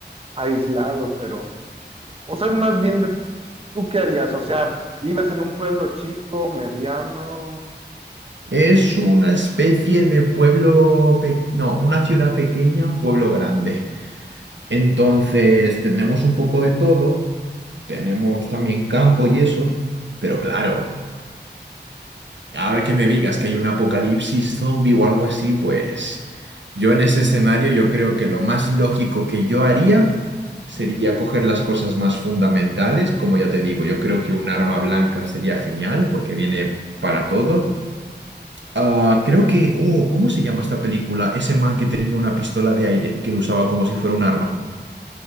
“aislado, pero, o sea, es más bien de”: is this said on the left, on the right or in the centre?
Right